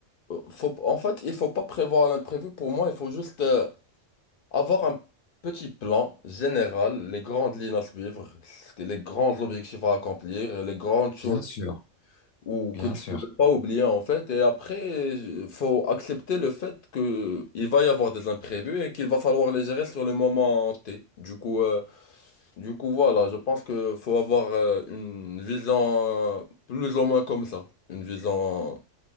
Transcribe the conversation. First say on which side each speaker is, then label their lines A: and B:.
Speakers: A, on the left; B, on the left.
A: Faut, en fait, il faut pas prévoir l'imprévu. Pour moi, il faut juste euh, avoir un petit plan général, les grandes lignes à suivre, ce que- les grands objectifs à accomplir, les grandes choses
B: Bien sûr,
A: ou
B: bien
A: que tu
B: sûr,
A: ne peux pas oublier, en fait. Et après, il faut accepter le fait que il va y avoir des imprévus et qu'il va falloir les gérer sur le moment T. Du coup, euh, Du coup, voilà, je pense que faut avoir euh, une vision euh, plus ou moins comme ça. Une vision